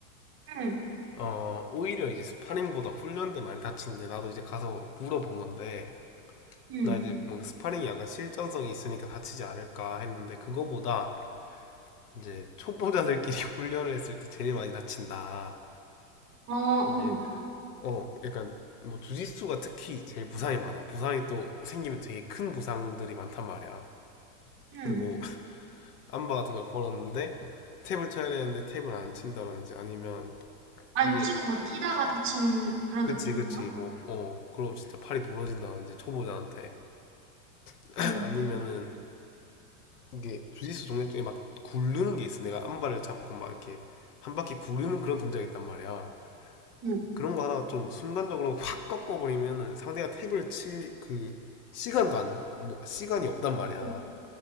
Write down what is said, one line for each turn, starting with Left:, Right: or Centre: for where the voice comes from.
Right: 음,
Left: 어, 오히려 이제 스파링보다 훈련 때 많이 다치는데 나도 이제 가서 물어본 건데
Right: 음,
Left: 나 이제 뭐 스파링이 약간 실전성이 있으니까 다치지 않을까 했는데 그거보다 이제 초보자들끼리 <laughs> 훈련을 했을 때 제일 많이 다친다.
Right: 어, 어,
Left: 이제 어 약간 뭐 주짓수가 특히 제일 부상이 많아. 부상이 또 생기면 되게 큰 부상들이 많단 말이야.
Right: 음.
Left: 뭐 암바 같은 걸 걸었는데 탭을 쳐야 되는데 탭을 안 친다든지 아니면
Right: 안
Left: 이제
Right: 치고 버티다가 다치는 그런
Left: 그치
Right: 느낌인가?
Left: 그치 뭐 어 그럼 진짜 팔이 부러진다든지 초보자한테 <clears throat> <laughs>
Right: 응,
Left: 아니면은 이게 주짓수 동작 중에 막 굴르는 게 있어. 내가 암발을 잡고 막 이렇게 한 바퀴 구르는 그런 동작이 있단 말이야.
Right: 응,
Left: 그런 거 하다가 좀 순간적으로 확 꺾어버리면은 상대가 탭을 칠 그 시간도 안, 뭐, 시간이 없단 말이야.
Right: 응.